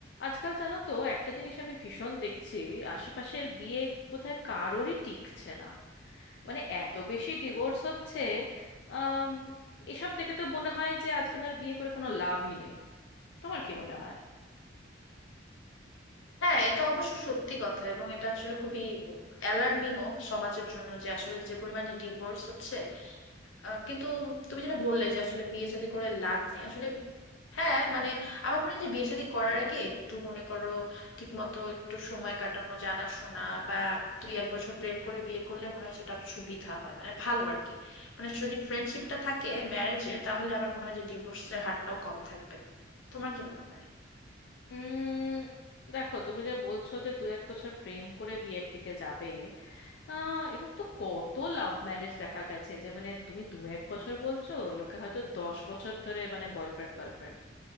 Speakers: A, on the left; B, on the left.
A: আজকাল জানো তো একটা জিনিস আমি ভীষণ দেখছি আশেপাশের বিয়ে বোধহয় কারোরই টিকছে না মানে এত বেশি ডিভোর্স হচ্ছে আম, এসব দেখে তো মনে হয় যে আজকাল আর বিয়ে করে কোনো লাভই নেই তোমার কি মনে হয়
B: হ্যাঁ এটা অবশ্য সত্যি কথা এবং এটা আসলে খুবই অ্যালার্মিং ও সমাজের জন্য যে আসলে যে পরিমাণে ডিভোর্স হচ্ছে আহ, কিন্তু তুমি যেটা বললে যে আসলে বিয়ে শাদী করে লাভ নেই আসলে হ্যাঁ মানে আমার মনে হয় যে বিয়ে শাদী করার আগে একটু মনে করো ঠিক মতো একটু সময় কাটানো জানাশোনা বা দুই এক বছর প্রেম করে বিয়ে করলে মনে হয় সেটা সুবিধা হয় মানে ভালো আর কি মানে যদি ফ্রেন্ডশিপটা থাকে ম্যারেজে তাহলে আমার মনে হয় যে ডিভোর্সের হারটাও কম থাকবে তোমার কি মনে হয়
A: উম, দেখো তুমি যে বলছো যে দু এক বছর প্রেম করে বিয়ের দিকে যাবে আহ এরকম তো কত লাভ ম্যারেজ দেখা গেছে যে মানে তুমি দু এক বছর বলছো লোকে হয়তো দশ বছর ধরে মানে বয়ফ্রেন্ড গার্লফ্রেন্ড